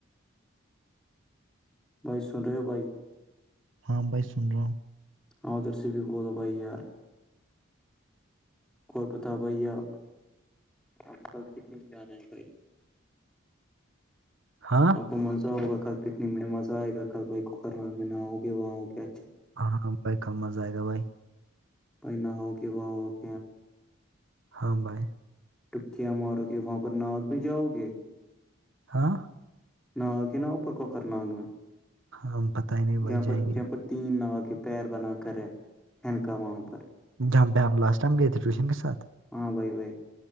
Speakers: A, in the centre; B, on the right.
A: بھ سن رہے بائی
B: ہاں بھائی سن رہا ہوں
A: ا ادھر سے بھی بولو بھائی یار اور بتاؤ بھائی آپ آپ کل سکم کیا آنا ہے بھائی
B: ہاں
A: وہ مزہ ہوگا کل پکنک میں مزہ آئے گا کل بائک کر نام نہ ہوگیا وہاں ہو گیا
B: ہاں ہاں بھائی کم مزہ آئے گا بھائی
A: پہ نہ ہو کے وہ ہو گ
B: ہاں بھائے
A: ڈپکیاں مارو گے وہاں پر نااک میں جاؤ گے
B: ہاں
A: ناگ ہے نا اوپر کوکر ناگ میں
B: ہم پتہ ہی نہیں بھائی
A: جاں
B: جائیں
A: پر
B: گے
A: جاں پر تین نو کے پیر بنا کر ہے ہکا وہاں پر
B: جاںہ ہم لاسٹائم گئے تھے ٹیوشن کے ساتھ
A: ہاں بائی بھائی